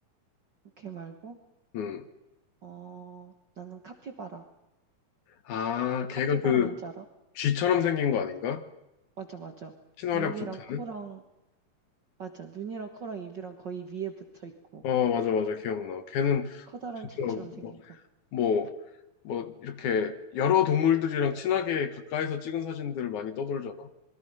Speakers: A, on the right; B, on the left.
A: 오케이 말고,
B: 음.
A: 어, 나는 카피바라.
B: 아,
A: 너
B: 걔가
A: 카피바라
B: 그
A: 뭔지 알아?
B: 쥐처럼 생긴 거 아닌가?
A: 맞아, 맞아.
B: 친화력
A: 눈이랑
B: 좋다는?
A: 코랑, 맞아. 눈이랑 코랑 입이랑 거의 위에 붙어 있고,
B: 어, 맞아, 맞아, 기억나. 걔는
A: 커다란
B: 진짜
A: 쥐처럼 생긴
B: 뭐,
A: 거.
B: 뭐, 뭐 이렇게 여러 동물들이랑 친하게 가까이서 찍은 사진들 많이 떠돌잖아.